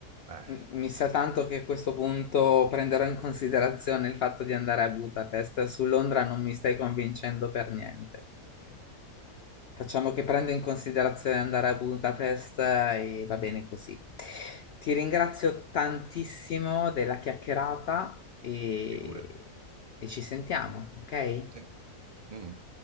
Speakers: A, on the right; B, on the left.
A: Eh,
B: m- mi sa tanto che a questo punto prenderò in considerazione il fatto di andare a Budapest. Su Londra non mi stai convincendo per niente. Facciamo che prendo in considerazione andare a Budapest eh, e va bene così. Ti ringrazio tantissimo della chiacchierata e,
A: figurati.
B: e ci sentiamo, ok?
A: Sì. Mhm.